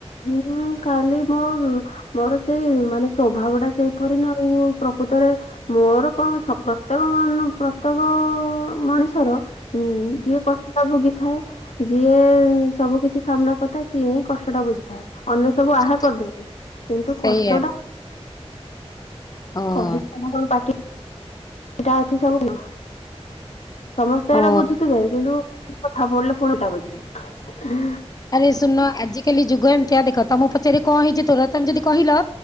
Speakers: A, on the left (about 90°); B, on the left (about 35°).
A: ହୁଁ କାଲି ମୋ ମୋର ସେଇ ମାନେ ସ୍ୱଭାବ ଟା ସେଇପରି ନା ଆଉ ପ୍ରକୃତରେ ମୋର କଣ ସ ପ୍ରତ୍ୟେକ ମ ପ୍ରତ୍ୟେକ ମଣିଷର ହୁଁ ଯିଏ କଥା କୁ ବି ଥାଏ ଯିଏ ସବୁ କିଛି ସାମ୍ନା କଥାଏ ସିଏ ହିଁ କଷ୍ଟଟା ବୁଝେ। ଥାଏ ଅନ୍ୟ ସବୁ ଆହା
B: ସତ
A: କରିଦେବେ
B: କଥା
A: କିନ୍ତୁ
B: ସେଇଆ
A: କଷ୍ଟ ଟା
B: ହଁ
A: କହି କମ୍ ବାକି ଏଟା ଅଛି ସବୁ <unintelligible> ସମସ୍ତେ
B: ଓ
A: ଏଇଟା ବୁଝୁଥିବେ କିନ୍ତୁ କଥା ପଡ଼ିଲେ ପୁଣି ଟା ବୁଝିବେ।
B: ଆରେ ଶୁନ ଆଜିକାଲି ଯୁଗ ଏମିତିଆ ଦେଖ ତମ ପଚାରି କଣ ହେଇଛି ତୋର ତମେ ଯଦି କହିଲ